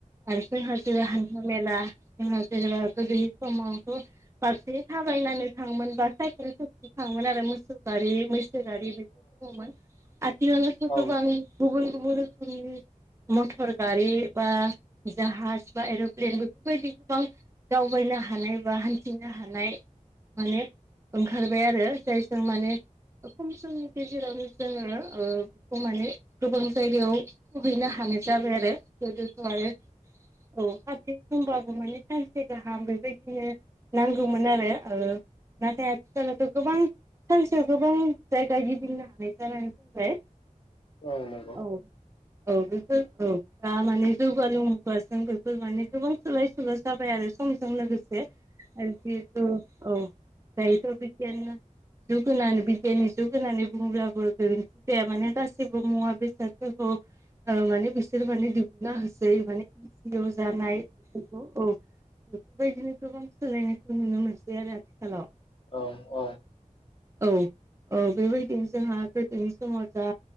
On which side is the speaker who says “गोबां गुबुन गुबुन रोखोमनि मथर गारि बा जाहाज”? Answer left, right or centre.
Right